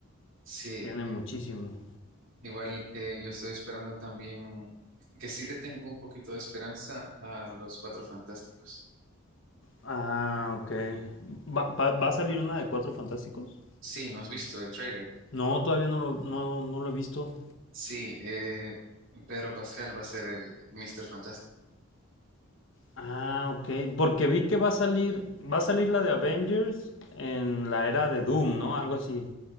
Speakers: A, on the right; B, on the left.
A: Sí,
B: Tienen muchísimo.
A: igual eh, yo estoy esperando también que sí le tengo un poquito de esperanza a los Cuatro Fantásticos.
B: Ah, ok. ¿Va, va- va a salir una de Cuatro Fantásticos?
A: Sí, ¿no has visto el tráiler?
B: No, todavía no lo, no, no lo he visto.
A: Sí, eh, Pedro Pascal va a ser el Mr. Fantástico.
B: Ah, ok. Porque vi que va a salir, va a salir la de Avengers en la era de Doom, ¿no? Algo así.